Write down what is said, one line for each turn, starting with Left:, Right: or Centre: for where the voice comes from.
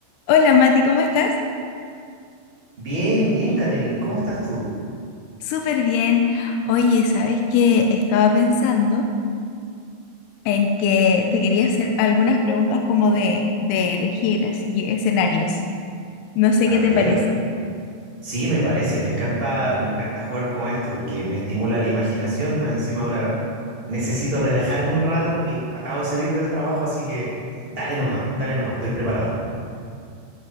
Left: Hola Mati, ¿cómo estás?
Right: Bien, bien, Catherine, ¿cómo estás tú?
Left: Súper bien. Oye, ¿sabes qué? Estaba pensando en que te quería hacer algunas preguntas como de, de elegir así escenarios. No sé
Right: A
Left: qué
Right: ver,
Left: te parece.
Right: sí, me parece, me encanta, me encanta jugar con esto porque me estimula la imaginación, más encima ahora necesito relajarme un rato porque acabo de salir del trabajo, así que dale nomás, dale nomás, estoy preparado.